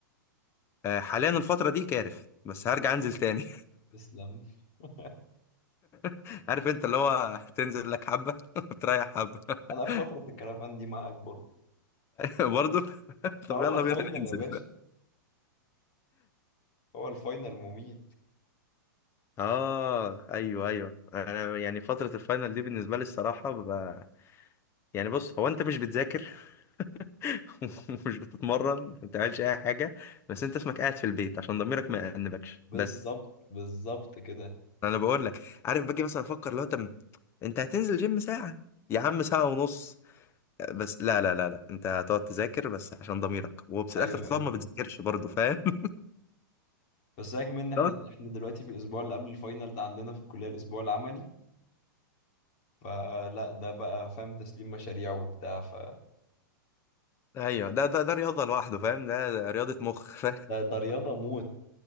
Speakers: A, on the left; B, on the left.
A: آه، حاليا الفترة دي كارف بس هرجع انزل تاني
B: تسلم <laughs>
A: <laughs> عارف انت اللي هو تنزل لك حبة <laughs> وتريح حبة <laughs>
B: أنا في فترة الكرفان دي معاك برضه
A: برضه <laughs>
B: ما
A: طب
B: هو
A: يلا
B: الفاينل
A: بينا ننزل
B: يا باشا هو الفاينل مميت
A: اه ايوه ايوه انا يعني فتره الفاينل دي بالنسبه لي الصراحه ببقى يعني بص هو انت مش بتذاكر <laughs> ومش بتتمرن ما بتعملش اي حاجه بس انت اسمك قاعد في البيت عشان ضميرك ما يأنبكش
B: بالظبط
A: بس
B: بالظبط كده
A: انا بقول لك عارف باجي مثلا افكر لو انت انت هتنزل جيم ساعه يا عم ساعه ونص بس لا لا لا لا انت هتقعد تذاكر بس عشان ضميرك وفي
B: ايوه
A: الاخر طبعا
B: ايوه
A: ما بتذاكرش برضه فاهم <laughs>
B: بس سيبك من ان احنا
A: ده-
B: احنا دلوقتي في الاسبوع اللي قبل الفاينل ده عندنا في الكليه الاسبوع العملي فلا ده بقى فاهم تسليم مشاريع وبتاع ف
A: ايوه ده ده ده رياضه لوحده فاهم ده ده رياضه مخ
B: ده, ده رياضه موت